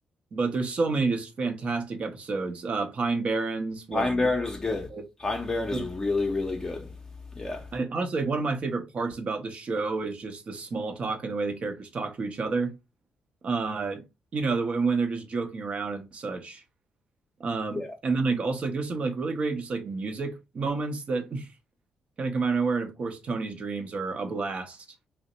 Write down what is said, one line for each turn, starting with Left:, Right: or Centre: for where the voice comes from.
Right: but there's so many just fantastic episodes. Uh, Pine Barrens was
Left: Pine
Right: really
Left: Barrens was good.
Right: good.
Left: Pine Barrens
Right: And
Left: is really, really good. Yeah.
Right: I, honestly like one of my favorite parts about the show is just the small talk and the way the characters talk to each other. Uh, you know, the way when they're just joking around and such. Um,
Left: Yeah.
Right: and then like also like there's some like really great just like music moments that <laughs> kind of come out of nowhere. And of course, Tony's dreams are a blast.